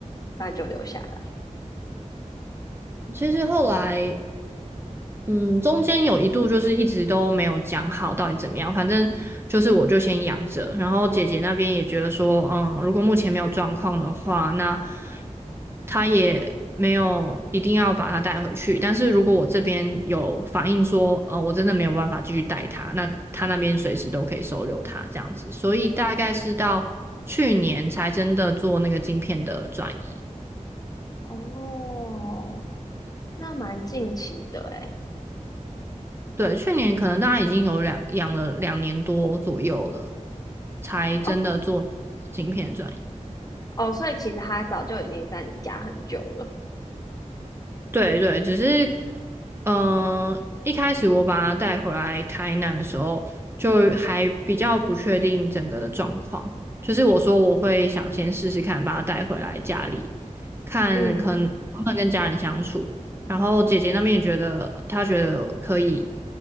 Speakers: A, on the left; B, on the right.
A: 那就留下来？
B: 其实后来嗯，中间有一度就是一直都没有讲好到底怎么样，反正就是我就先养着，然后姐姐那边也觉得说，嗯，如果目前没有状况的话，那她也没有一定要把它带回去，但是如果我这边有反映说，呃，我真的没有办法继续带它，那她那边随时都可以收留它这样子，所以大概是到去年才真的做那个晶片的转移。
A: 哦，那蛮近期的诶。
B: 对，去年可能大家已经有两养了两年多左右了，才真的做晶片的转移。
A: 哦哦，所以其实他早就已经在你家很久了。
B: 对对，只是，嗯、一开始我把它带回来台南的时候，就还比较不确定整个的状况。就是我说我会想先试试看，把它带回来家里，看可能能不能跟家人相处。
A: 嗯
B: 然后姐姐那边也觉得，她觉得可以，